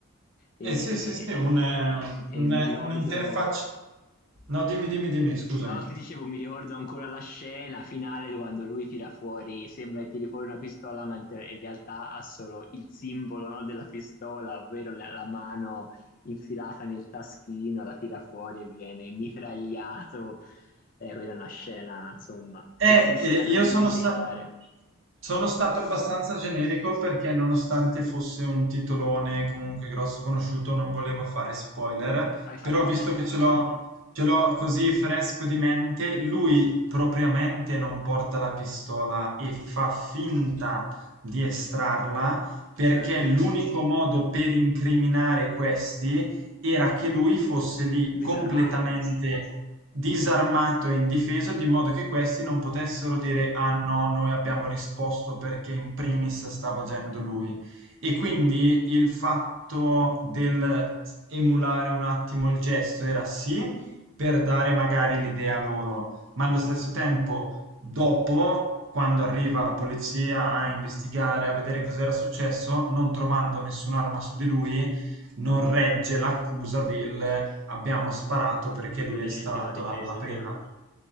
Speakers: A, on the left (about 40°); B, on the right (about 60°).
A: E,
B: Eh sì, sì, sì, un, eh,
A: e
B: un-
A: mi
B: eh,
A: ricordo
B: un'interfaccia. No, dimmi, dimmi, dimmi, scusami.
A: No, no, ti dicevo, mi ricordo ancora la scena finale quando lui tira fuori, sembra che tiri fuori una pistola, mentre in realtà ha solo il simbolo, no, della pistola, ovvero la, la mano infilata nel taschino, la tira fuori e viene mitragliato. Eh, quella è una scena, insomma,
B: Eh,
A: difficile
B: eh,
A: da
B: io
A: dimenticare.
B: sono stato... Sono stato abbastanza generico perché nonostante fosse un titolone comunque grosso conosciuto, non volevo fare spoiler,
A: Hai fatto
B: però visto
A: bene.
B: che ce l'ho
A: <laughs>
B: ce l'ho così fresco di mente, lui propriamente non porta la pistola e fa finta di estrarla perché
A: Certo,
B: l'unico modo per incriminare questi era che lui fosse lì completamente
A: disarmato
B: disarmato e indifeso, di modo che questi non potessero dire: Ah no, noi abbiamo risposto perché in primis stava agendo lui. E quindi il fatto del emulare un attimo il gesto era sì, per dare magari l'idea loro, ma allo stesso tempo, dopo. Quando arriva la polizia a investigare, a vedere cos'era successo, non trovando nessun'arma su di lui, non regge l'accusa del abbiamo sparato perché lui
A: per legittima
B: ha estratto
A: difesa,
B: l'arma prima.
A: certo.